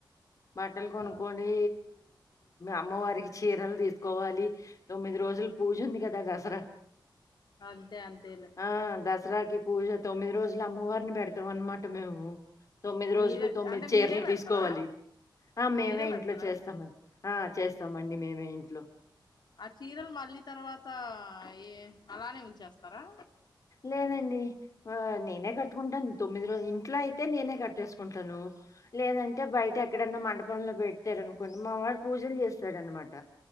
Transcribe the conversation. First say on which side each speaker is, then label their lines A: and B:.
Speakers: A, on the left; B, on the left.
A: బట్టల్కొన్కొని
B: ఆ
A: అమ్మవారికి చీరలు తీసుకోవాలి తొమ్మిది రోజులు పూజ ఉంది కదా దసరా
B: అంతే అంతేలే
A: ఆ దస్రాకి పూజ తొమ్మిది రోజులు అమ్మవారిని పెడతాం అన్నమాట మేము తొమ్మిది
B: మీ
A: రోజులు
B: దగ్
A: తొమ్మిది
B: అంటే
A: చీరలు
B: మీరే పెడతారా
A: తీస్కోవాలి ఆ మేమే
B: మీరే పెడతారా
A: ఇంట్లో చేస్తామండి ఆ చేస్తామండి మేమే ఇంట్లో
B: ఆ చీరలు మళ్ళీ తర్వాత ఏ అలానే ఉంచేస్తారా
A: లేదేండి ఆ నేనే కట్టుకుంటాను తొమ్మిది రోల్ ఇంట్లో అయితే నేనే కట్టేసుకుంటాను లేదంటే బయట ఎక్కడన్నా మండపంలో పెట్టారాన్కోండి మా వాడ్ పూజలు చేస్తాడాన్మాట